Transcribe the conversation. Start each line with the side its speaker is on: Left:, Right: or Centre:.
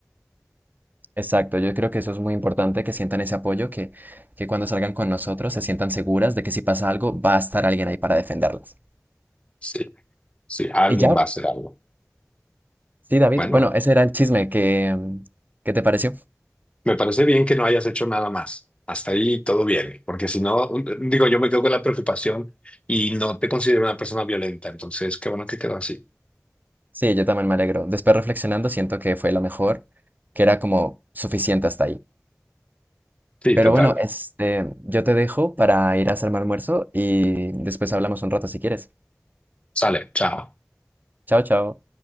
Right: Exacto, yo creo que eso es muy importante, que sientan ese apoyo, que, que cuando salgan con nosotros se sientan seguras de que si pasa algo va a estar alguien ahí para defenderlas.
Left: Sí, sí, alguien
Right: Y ya,
Left: va a hacer algo.
Right: sí, David,
Left: Bueno.
Right: bueno, ese era el chisme que, mm, ¿qué te pareció?
Left: Me parece bien que no hayas hecho nada más. Hasta ahí todo bien, porque si no, un- digo, yo me quedo con la preocupación y no te considero una persona violenta, entonces qué bueno que quedó así.
Right: Sí, yo también me alegro. Después reflexionando, siento que fue lo mejor, que era como suficiente hasta ahí.
Left: Sí,
Right: Pero
Left: total.
Right: bueno, este, yo te dejo para ir a hacerme almuerzo y después hablamos un rato si quieres.
Left: Sale, chao.
Right: Chao, chao.